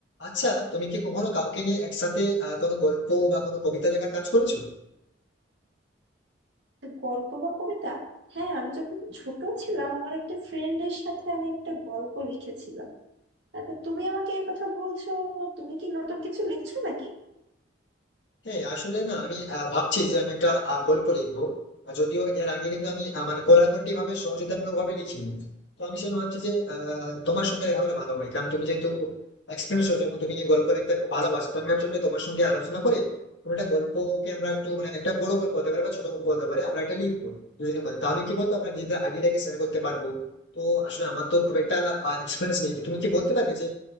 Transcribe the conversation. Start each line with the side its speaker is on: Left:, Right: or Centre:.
Left: আচ্ছা তুমি কি কখনো কাউকে নিয়ে একসাথে আহ, কোনো গল্প বা কোনো কবিতা লেখার কাজ করেছো
Right: গল্প বা কবিতা হ্যাঁ আমি যখন ছোট ছিলাম আমার একটা ফ্রেন্ডের সাথে আমি একটা গল্প লিখেছিলাম আচ্ছা, তুমি আমাকে এই কথা বলছো তুমি কি নতুন কিছু লিখছো নাকি
Left: হ্যাঁ আসলে না আমি আহ, ভাবছি যে আমি একটা আহ, গল্প লিখবো আর যদিও এর আগে কিন্তু আমি আহ, মানে কোলাবোরেটিভ ভাবে সহযোগিতামূলক ভাবে লিখিনি তো আমি সেটা ভাবছি যে আহ, তোমার সঙ্গে লেখা হলে ভালো হয় কারণ তুমি যেহেতু এক্সপিরিয়েন্স হয়েছে এবং তুমি গল্প লিখতে খুব ভালোবাসো তো আমি ভাবছিলাম যে তোমার সঙ্গে আলোচনা করে কোনো একটা গল্পকে আমরা একটু মানে একটা বড় গল্প হতে পারে বা ছোট গল্প হতে পারে আমরা একটা লিখবো দুজনে মিলে। তাহলে কি বলতো আমরা নিজেদের আইডিয়াটাকে শেয়ার করতে পারবো তো আসলে আমার তো খুব একটা এক্সপিরিয়েন্স নেই তো তুমি কি বলতে পারবে যে